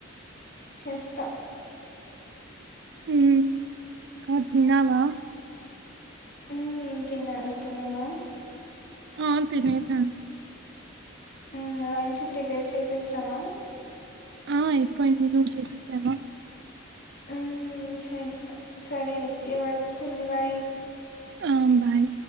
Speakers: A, on the left; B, on the right.
A: చేస్త
B: మ్ ఇంకా తిన్నావా
A: మ్ తిన్న నువ్ తిన్నవా
B: ఆ తినే సను
A: మ్ లంచ్ ప్రిపేర్ చేసేసినవా
B: ఆ అయిపోఇంది నువ్ చేసేసావా
A: మ్ చేసిన సరే అయితే వర్క్ ఉంది బాయి్
B: ఆ బాయ్